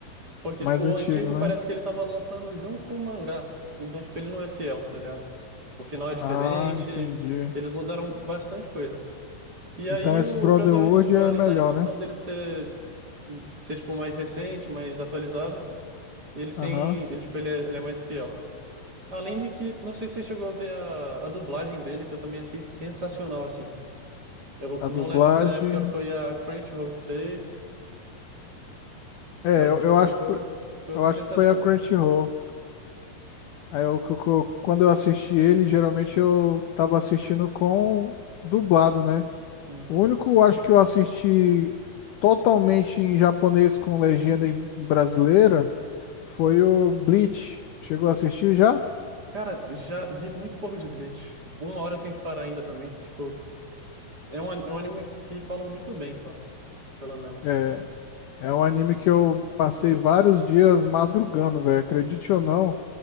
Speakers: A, on the right; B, on the left.
A: Porque,
B: mais
A: tipo, o
B: antigo,
A: antigo
B: né?
A: parece que ele tava lançando junto com o mangá. Então, tipo, ele não é fiel, tá ligado? O final é diferente,
B: Ah, entendi.
A: eles mudaram bastante coisa. E aí
B: Então esse
A: o,
B: Brotherhood
A: o Brotherhood, tipo,
B: é
A: além
B: melhor,
A: da animação
B: né?
A: dele ser, ser tipo, mais recente, mais atualizada, ele tem.
B: Aham.
A: Ele, tipo, ele é, ele é mais fiel. Além de que, não sei se você chegou a ver a, a dublagem dele, que eu também achei sensacional, assim. Eu
B: A
A: não
B: dublagem.
A: lembro se na época foi a Crunchyroll que fez,
B: É,
A: mas,
B: eu,
A: tipo,
B: eu
A: ficou,
B: acho que foi,
A: ficou
B: eu acho
A: sensacional.
B: que foi a Crunchyroll. Aí eu, que- que- quando eu assisti ele, geralmente eu tava assistindo com dublado, né?
A: Uhum.
B: O único, eu acho que eu assisti totalmente em japonês com legenda em brasileira foi o Bleach. Chegou a assistir já?
A: Cara, já vi muito pouco de Bleach. Uma hora eu tenho que parar ainda também, que, tipo, é um, an- é um anime que, que falam muito bem, pá, pelo menos.
B: É, É um anime que eu passei vários dias madrugando, velho. Acredite
A: Uhum,
B: ou não,